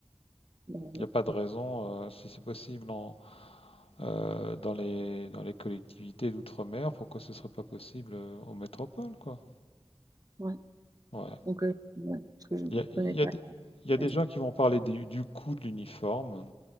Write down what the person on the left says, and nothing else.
Il n'y a pas de raison, euh, si c'est possible en, euh, dans les, dans les collectivités d'outre-mer, pourquoi ce ne serait pas possible euh, en métropole, quoi.
Ouais.
Il y a, il
y
a des, il y a
des gens qui vont parler du, du coût de l'uniforme,